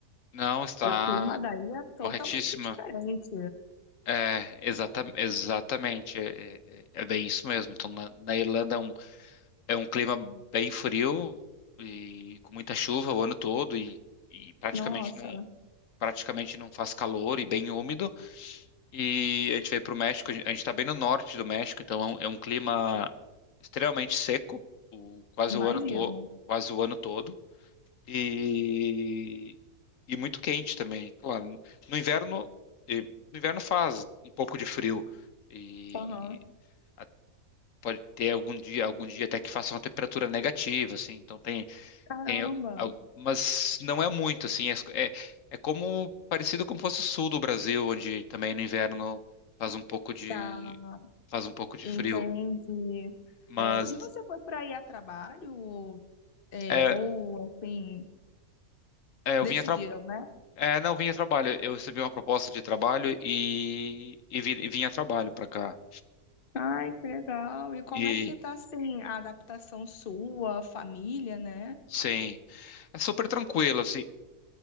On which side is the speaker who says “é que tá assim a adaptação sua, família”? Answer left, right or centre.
Left